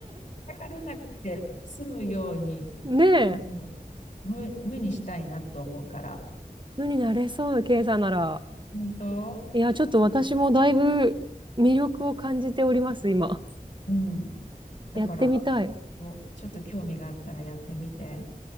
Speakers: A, on the left; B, on the right.
A: 叩かれなくて済むように
B: ねえ、
A: あの無、無にしたいなと思うから。
B: 無になれそう、ケイさんなら。
A: 本当
B: いや、ちょっと私もだいぶ魅力を感じております、
A: う
B: 今。<laughs>
A: んうん。だから、
B: やってみたい。
A: こうちょっと興味があったらやってみて。